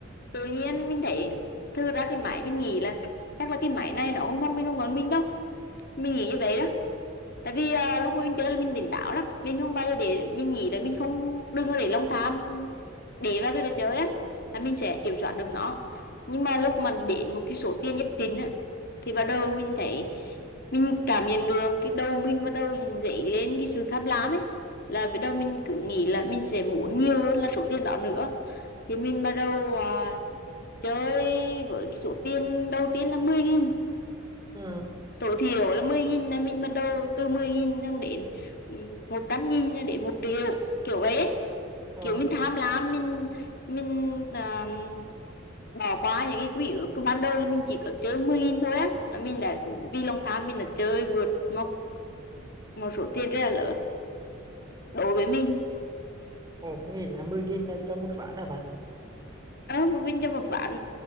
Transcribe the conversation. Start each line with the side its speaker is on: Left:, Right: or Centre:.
Left: tự nhiên mình thấy thư ra cái máy mình nghĩ là chắc là cái máy này nó không thông minh hơn bọn mình đâu mình nghĩ như vậy đó tại vì à, lúc mình chơi là mình tỉnh táo lắm mình không bao giờ để mình nghĩ là mình không đừng có để lòng tham để vào cái đồ chơi á là mình sẽ kiểm soát được nó nhưng mà lúc mà đến một cái số tiền nhất định á thì bắt đầu mình thấy mình cảm nhận được cái đầu mình bắt đầu dậy lên cái sự tham lam ấy là bắt đầu mình cứ nghĩ là mình sẽ muốn nhiều hơn là số tiền đó nữa thì mình bắt đầu à, chơi với cái số tiền đầu tiên là mười nghìn
Right: ừ
Left: tối thiểu là mười nghìn là mình bắt đầu từ 10.000 xong đến ừ, 100.000 cho đến 1 triệu kiểu vậy ấy.
Right: ờ
Left: kiểu mình tham lam mình mình à, bỏ qua những cái quỹ ước cứ ban đầu là mình chỉ có chơi 10.000 thôi á là mình đã vì lòng tham mình đã chơi vượt một một số tiền rất là lớn đối với mình
Right: ồ có nghĩa là mười nghìn là cho một ván à bạn
Left: ờ một mình cho một vạn